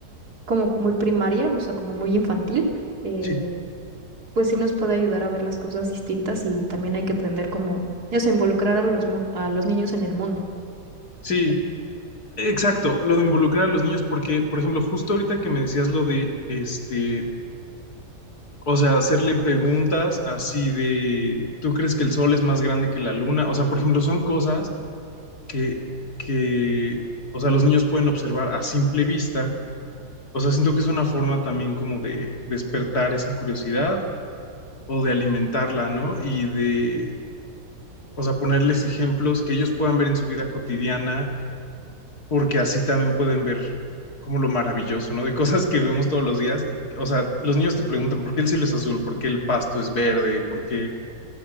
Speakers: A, on the right; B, on the left.
A: como muy primaria, o sea, como muy infantil, eh,
B: Sí,
A: pues sí nos puede ayudar a ver las cosas distintas y también hay que aprender como eso, involucrar a los, mu- a los niños en el mundo.
B: sí, exacto, lo de involucrar a los niños, porque, por ejemplo, justo ahorita que me decías lo de, este, o sea, hacerle preguntas así de, ¿tú crees que el sol es más grande que la luna? O sea, por ejemplo, son cosas que, que, o sea, los niños pueden observar a simple vista. O sea, siento que es una forma también como de despertar esa curiosidad o de alimentarla, ¿no? Y de, o sea, ponerles ejemplos que ellos puedan ver en su vida cotidiana porque así también pueden ver como lo maravilloso, ¿no? De cosas que vemos todos los días. Y, o sea, los niños te preguntan por qué el cielo es azul, por qué el pasto es verde, por qué,